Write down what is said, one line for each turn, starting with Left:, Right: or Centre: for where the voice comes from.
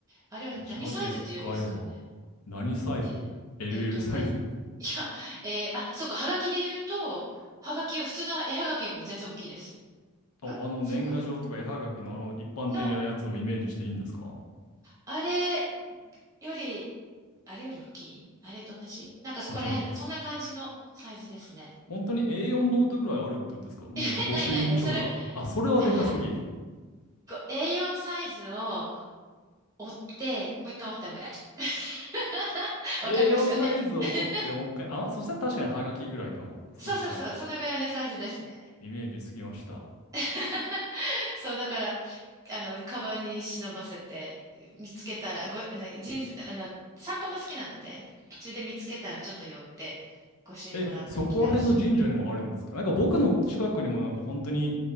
Right: あれは何サイズって言うんですかね。
Left: あじゃあでっかいわ。何サイズ
Right: え、
Left: ?LL
Right: えっとね。
Left: サイズ
Right: いや、えーあ、そうか、はがきで言うと、はがきは普通の絵はがきよりも全然大きいです。
Left: あ、
Right: んそうかな。
Left: あの年賀状とか絵はがきのあの一般的なやつをイメージしていいんですか
Right: の、あれより、あれより大きいあれと同じなんかそこら辺、
Left: あ、じゃあ、
Right: そんな感じのサイズですね。
Left: 本当に A4 ノートぐらいあるってことですかもう御朱印帳か。
Right: <laughs> ないないない。それ、あ、
Left: あ、それはでかすぎ。
Right: あ、こう A4 サイズを折って、もう一回折ったぐらい。<laughs> わかりますかね。
Left: A4 サイズを折ってもう一回、
Right: <laughs>
Left: あ、まあそしたら確かにはがきぐらいかも。そしたら。
Right: そうそうそう、そのぐらいのサイズですね。
Left: イメージつきました。
Right: <laughs> そう、だから、あの、カバンに忍ばせて、見つけたら、ご、あの、人、あの、散歩も好きなので、途中で見つけたらちょっと寄って、ご朱印もらってきたりします。
Left: え、そこら辺の神社にもあるんですかなんか僕の近くにもなんか本当に、